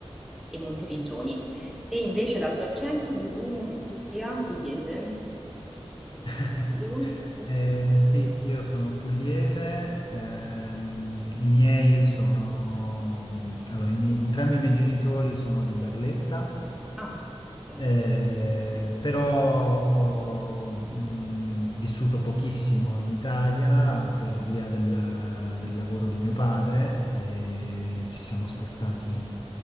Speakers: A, in the centre; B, on the left.
A: e Monteriggioni. Te invece dal tuo accento desumo che tu sia pugliese, punto
B: <laughs>
A: interrogativo, giusto?
B: Eh, sì, io sono pugliese, ehm, i miei sono, allora, i miei- entrambi i miei genitori sono di Barletta
A: Ah, ok.
B: Eh, però ho mh, vissuto pochissimo in Italia per via del, del lavoro di mio padre e ci siamo spostati